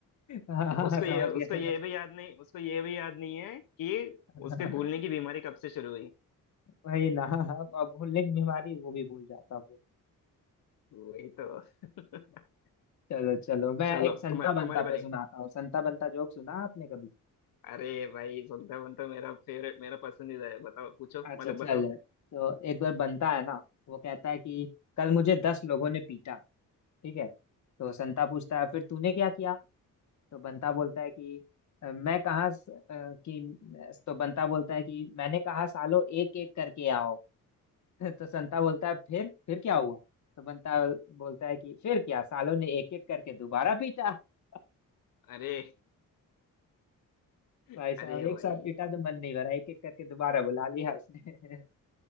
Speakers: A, on the left; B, on the left.
A: हाँ
B: उसको
A: हाँ, समझ
B: ये उसको
A: गया
B: ये
A: समझ
B: भी याद नहीं उसको ये भी याद नहीं है कि
A: गया।
B: उसके भूलने की बीमारी कब से शुरू हुई
A: वही ना अब अब भूलने की बीमारी वो भी भूल जाता वो
B: वही तो <laughs>
A: चलो चलो मैं
B: चलो
A: एक संता
B: तुम्हारे
A: बंता
B: तुम्हारे बारे
A: पे सुनाता
B: में।
A: हूँ संता बंता जोक सुना आपने कभी
B: अरे भाई सुनता वन तो मेरा फेवरेट मेरा पसंदीदा है बताओ पूछो
A: अच्छा
B: मतलब
A: चलो
B: बताओ
A: तो एक बार बनता है ना वो कहता है कि कल मुझे दस लोगों ने पीटा ठीक है तो संता पूछता है फिर तूने क्या किया तो बंता बोलता है कि "अ, मैं कहाँ स- अ, कि तो बंता बोलता है कि मैंने कहा सालो एक एक करके आओ <laughs> तो संता बोलता है फिर फिर क्या हुआ तो बंता बोलता है कि फिर क्या सालों ने एक एक करके दोबारा पीटा <laughs>
B: अरे <laughs>
A: भाई साहब
B: अरे
A: एक
B: भाई
A: साथ पीटा तो मन नहीं भरा एक एक करके दोबारा बुला लिया उसने